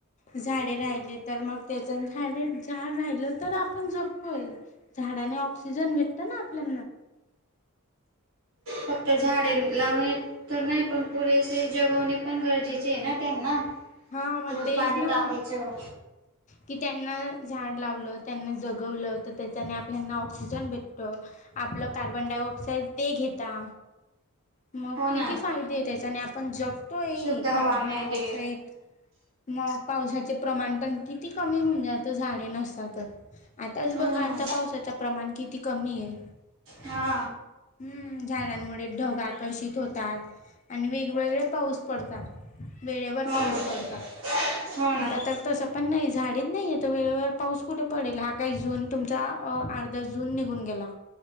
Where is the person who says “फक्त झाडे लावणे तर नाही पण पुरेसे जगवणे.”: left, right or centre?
Right